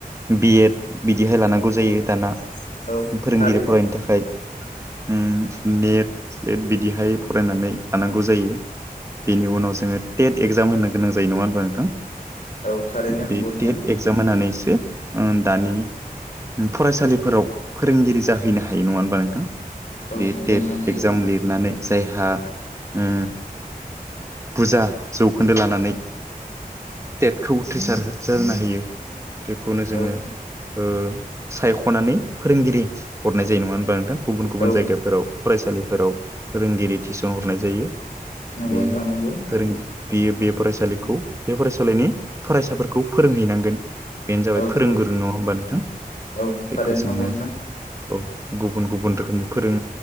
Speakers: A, on the right; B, on the left.
A: बि एड बिदिहाय लानांगौ जायो
B: औ
A: दाना
B: औ
A: फोरोंगिरि
B: थारैनो
A: फरायनो थाखाय ओम नेट बिदिहाय फरायनानै थानांगौ जायो बेनि उनाव जोङो टेट एक्जाम होनो गोनां जायो नङा होनब्ला नोंथां
B: औ थारैनो नंगौ
A: बे
B: नोंथां
A: टेट एक्जाम होनानैसो दानि फरायसालिफोराव फोरोंगिरि जाहैनो हायो नङा होनबा नोंथां
B: औ
A: बे
B: नंगौ
A: टेट
B: नोंथां नंगौ
A: एगजाम लिरनानै जायहा ओ बुरजा जौखोन्दो लानानै टेटखौ उथ्रिसार जानो हायो बेखौनो जोङो
B: औ
A: ओ सायख'नानै फोरोंगिरि हरनाय जायो नङा होनबा नोंथां गुबुन गुबुन
B: औ
A: जायगाफोराव फरायसालिफोराव फोरोंगिरि थिसन हरनाय जायो
B: नंगौ
A: बेयो
B: नोंथां नंगौ
A: फोरोंगिरि बियो बे फरायसालिखौ बे फरायसालिनि फरायसाफोरखौ फोरोंहैनांगोन बेनो जाबाय
B: औ
A: फोरोंगुरु
B: औ
A: नङा होमबा नोंथां
B: औ थारैनो
A: बेखौ जोङो
B: नंगौ नोंथां
A: औ गुबुन गुबुन रोखोम फोरों